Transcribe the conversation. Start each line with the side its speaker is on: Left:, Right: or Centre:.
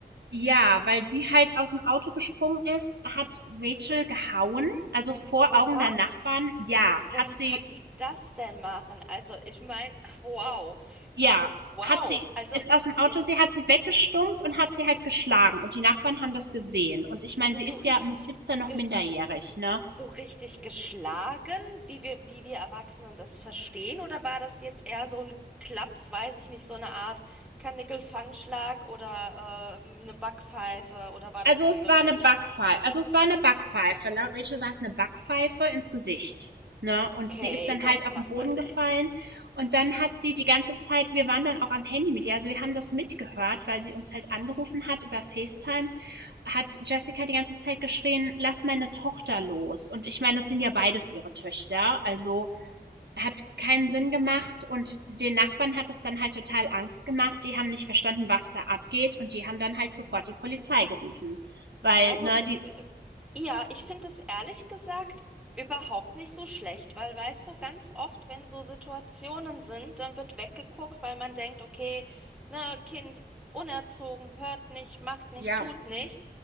Right: ja, weil sie halt aus dem Auto gesprungen ist, hat Rachel gehauen, also vor
Centre: B-
Right: Augen
Centre: was?
Right: der Nachbarn. Ja, hat
Centre: Boah, wie
Right: sie
Centre: kann die das denn machen? Also, ich meine, <laughs> wow,
Right: ja,
Centre: wow.
Right: hat sie
Centre: Also,
Right: ist aus dem
Centre: äh,
Right: Auto sie hat sie weggestummt und hat sie halt geschlagen und die Nachbarn haben das gesehen. Und ich meine,
Centre: also
Right: sie
Centre: so
Right: ist
Centre: richtig,
Right: ja mit 17 noch
Centre: ge-
Right: minderjährig, ne?
Centre: so richtig geschlagen, wie wir, wie wir Erwachsenen das verstehen? Oder war das jetzt eher so ein Klaps, weiß ich nicht, so eine Art Karnickelfangschlag oder äh, eine Backpfeife? Oder war
Right: Also,
Centre: das jetzt
Right: es
Centre: wirklich,
Right: war eine Backpfeife. also, es war eine Backpfeife. Laut Rachel war es eine Backpfeife ins Gesicht, ne? Und
Centre: okay,
Right: sie ist dann
Centre: boah,
Right: halt
Centre: das
Right: auf
Centre: macht
Right: den Boden
Centre: man nicht?
Right: gefallen und dann hat sie die ganze Zeit wir waren dann auch am Handy mit ihr, also, wir haben das mitgehört, weil sie uns halt angerufen hat über FaceTime, hat Jessica die ganze Zeit geschrien: „Lass meine Tochter los.“ Und ich meine, das sind ja beides ihre Töchter, also hat keinen Sinn gemacht und den Nachbarn hat es dann halt total Angst gemacht. Die haben nicht verstanden, was da abgeht und die haben dann halt sofort die Polizei gerufen, weil
Centre: Also,
Right: ne die
Centre: äh, ja, ich finde es ehrlich gesagt überhaupt nicht so schlecht, weil weißt du, ganz oft, wenn so Situationen sind, dann wird weggeguckt, weil man denkt, okay, ne, Kind unerzogen, hört nicht, macht nicht,
Right: ja,
Centre: tut nicht.